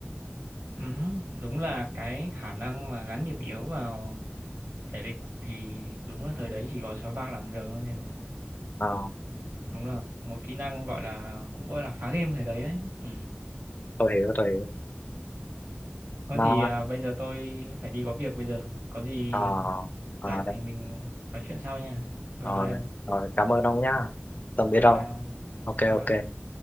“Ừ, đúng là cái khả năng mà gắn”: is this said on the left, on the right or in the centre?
Right